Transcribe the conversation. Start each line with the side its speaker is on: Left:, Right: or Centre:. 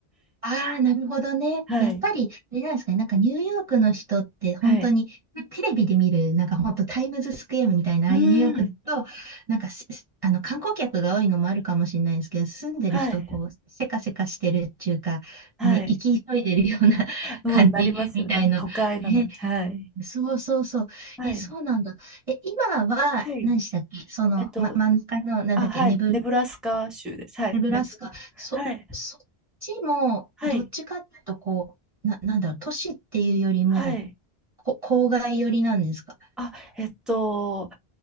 Right: ああ、なるほどね。
Centre: はい。
Right: やっぱり、あれなんですかね。なんかニューヨークの人って本当に、
Centre: はい。
Right: テレビで見る、なんか本当タイムズスクエアみたいな、
Centre: うーん。
Right: ああいうニューヨークだと、なんかしあの観光客が多いのもあるかもしれないんですけど、住んでる人、
Centre: はい。
Right: こう、せかせかしてるっていうか、
Centre: はい。
Right: ね、生き急いでるような <laughs>
Centre: もうなりますよ。
Right: 感じみたいの。
Centre: なんか都会なので。
Right: ね、
Centre: はい。
Right: そうそうそう。
Centre: はい。
Right: え、そうなんだ。え、今は、
Centre: はい。
Right: 何でしたっけその、
Centre: えっと、
Right: ま、真ん中の、なんだっけ、
Centre: あ、はい。
Right: ネブ
Centre: ネブラスカ州です。はい。
Right: ネブラスカ、
Centre: ネブ、
Right: そ、
Centre: はい。
Right: そっちも、
Centre: はい。
Right: どっちかっていうと、こう、な、なんだろう、都市っていうよりも、
Centre: はい。
Right: こ、郊外寄りなんですか。
Centre: あ、えっと、